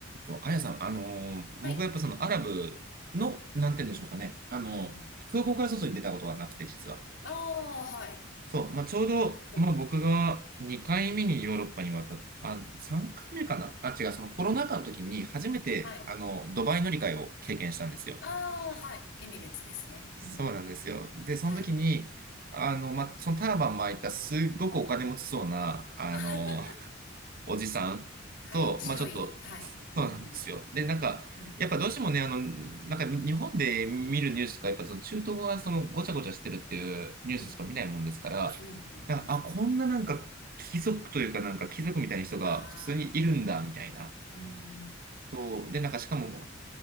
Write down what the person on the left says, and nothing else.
はい。
うんうん。
ああ、はい。
ほうほ
う。うん。はい。
ああ、はい。エミレーツですね。
うんうん。
はい。
あ <laughs>
はい。白い。
はい。
うん
うん。うん。
うん。うん。うんうん。
ああ。
うん。